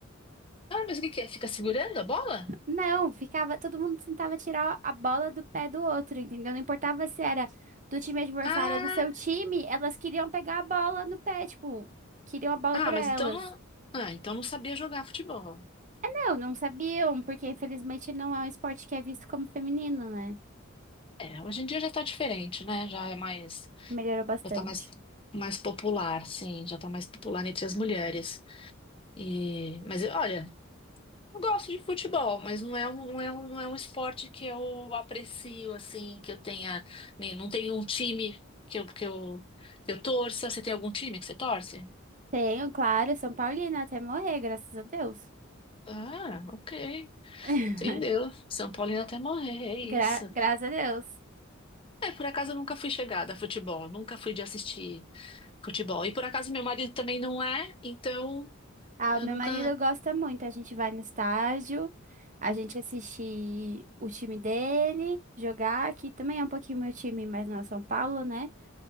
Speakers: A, on the left (about 25°); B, on the right (about 40°).
A: Ah, mas o que que é? Fica segurando a bola?
B: Não, ficava, todo mundo tentava tirar a bola do pé do outro, entendeu? Não importava se era do time adversário
A: Ah,
B: ou do seu time, elas queriam pegar a bola no pé, tipo, queriam a bola
A: ah,
B: para
A: mas
B: elas.
A: então não, ah, então não sabia jogar futebol.
B: Não, não sabiam, porque infelizmente não é um esporte que é visto como feminino, né?
A: É, hoje em dia já tá diferente, né? Já é mais
B: Melhorou bastante.
A: Já tá mais, mais popular, sim, já tá mais popular entre as mulheres. E, mas eu- olha, eu gosto de futebol, mas não é um, não é um, não é um esporte que eu aprecio, assim, que eu tenha. nem- Não tenho um time que eu, que eu, que eu torça. Você tem algum time que você torce?
B: Tenho, claro, São Paulina até morrer, graças a Deus.
A: Ah, ok.
B: <laughs>
A: Entendeu? São Paulino até morrer, é isso.
B: Gra- graças a Deus.
A: É, por acaso eu nunca fui chegada a futebol, nunca fui de assistir futebol. E por acaso meu marido também não é, então
B: Ah,
A: eu
B: o meu
A: nunca.
B: marido gosta muito. A gente vai no estádio, a gente assiste o time dele jogar, que também é um pouquinho meu time, mas não é São Paulo, né?